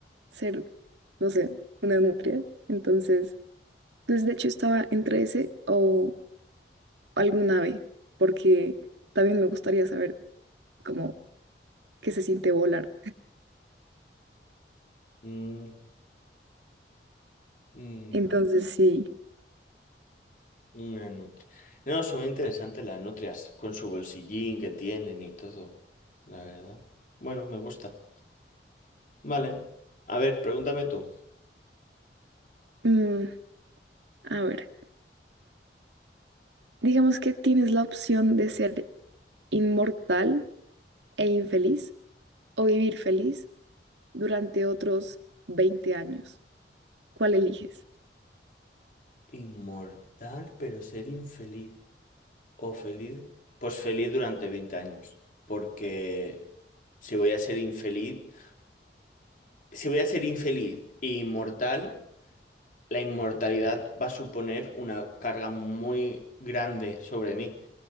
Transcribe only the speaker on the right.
ser, no sé, una nutria. Entonces, pues de hecho estaba entre ese o algún ave, porque también me gustaría saber cómo qué se siente volar.
Entonces, sí,
mm, a ver, digamos que tienes la opción de ser inmortal e infeliz o vivir feliz durante otros 20 años. ¿Cuál eliges?